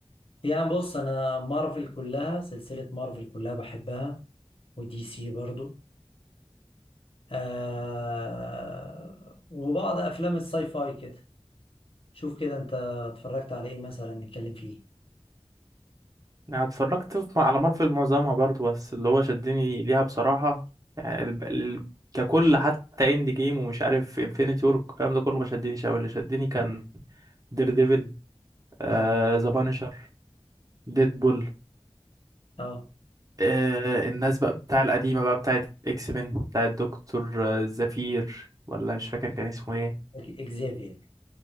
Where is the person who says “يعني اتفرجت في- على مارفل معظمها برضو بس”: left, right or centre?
Right